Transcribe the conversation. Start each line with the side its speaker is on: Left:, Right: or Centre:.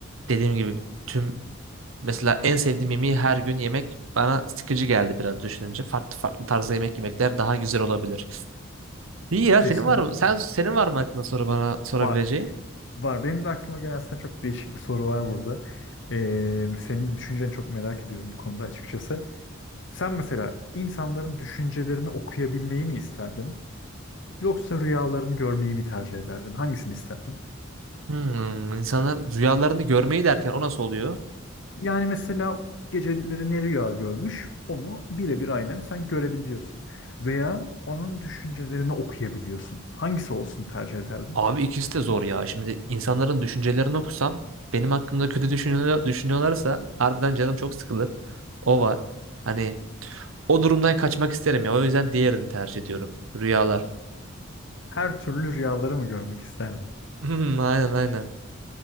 Right: dediğim gibi tüm mesela en sevdiğim yemeği her gün yemek bana sıkıcı geldi biraz düşününce. Farklı farklı tarzda yemek yemekler daha güzel olabilir. İyi ya
Left: Kesinlikle.
Right: senin var mı? Sen senin var mı aklında soru bana sorabileceğin?
Left: Var. Var. Benim de aklıma gelen aslında çok değişik bir soru var burada. Ee, senin de düşünceni çok merak ediyorum bu konuda açıkçası. Sen mesela insanların düşüncelerini okuyabilmeyi mi isterdin? Yoksa rüyalarını görmeyi mi tercih ederdin? Hangisini isterdin?
Right: Hmm, insanlar rüyalarını görmeyi derken o nasıl oluyor?
Left: Yani mesela geceleri ne rüya görmüş onu birebir aynen sen görebiliyorsun. Veya onun düşüncelerini okuyabiliyorsun. Hangisi olsun tercih ederdin?
Right: Abi ikisi de zor ya. Şimdi insanların düşüncelerini okusam benim hakkımda kötü düşünüyor, düşünüyorlarsa harbiden canım çok sıkılır. O var. Hani o durumdan kaçmak isterim ya. O yüzden diğerini tercih ediyorum. Rüyalar.
Left: Her türlü rüyaları mı görmek isterdin?
Right: Hmm, aynen aynen.